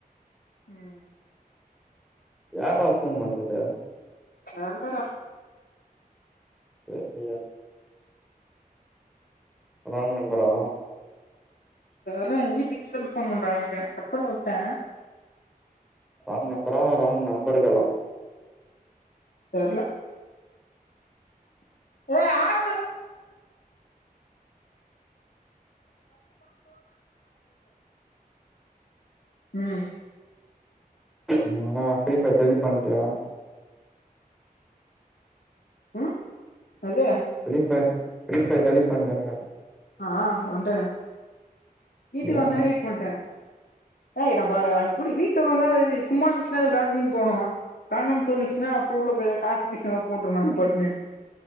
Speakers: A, on the left; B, in the centre.
A: ம்
B: யார்ரா ஃபோன் பண்றது
A: தெர்லடா.
B: தெர்லியா. ராங் நம்பரா
A: இந்தா வர்ற எங்க வீட்ல கீழந்து ஃபோன் பண்றாங்கனு நெனைக்கிறே கட் பண்ணி வுட்ட
B: ராங் நம்பரா ராங் நம்பர்களா.
A: தெர்ல. ஏஹ ஆ. ம்
B: நான்லா ஃபிரீ ஃபயர் டெலிட் பண்ட்டியா.
A: ஆ அது.
B: Free fire free fire delete பண்ட்டியானு கேட்ட
A: ஆ ஆ பண்ட்டனே வீட்டுக்கு வந்தோனே
B: ஏன்
A: ஈட் பண்ட்ட ஏய் நம்ப அப்புடி வீட்ல ஒக்காந்தா சும்மா இருந்துச்சுனா அது விளாடுனுன்னு தோனு விளாட்னுனு தோணுச்சுனா அப்ப உள்ள போய் எதாது காசு கீசு எதா போட்ருவ நானு பட்டுனு